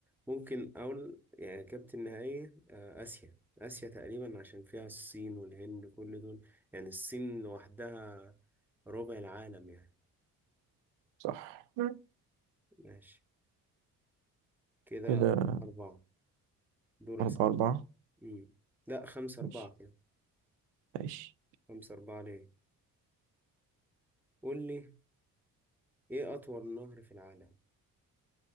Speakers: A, in the centre; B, on the right (about 70°).
A: ممكن أقول يعني إجابتي النهائية آه آسيا آسيا تقريبا عشان فيها الصين والهند كل دول يعني الصين لوحدها ربع العالم يعني
B: صح مم.
A: ماشي كده
B: كده
A: أربعة دول
B: أربعة
A: أس-
B: أربعة
A: مم. لا خمسة
B: ماشي
A: أربعة كده
B: ماشي
A: خمسة أربعة ليه قول لي إيه أطول نهر في العالم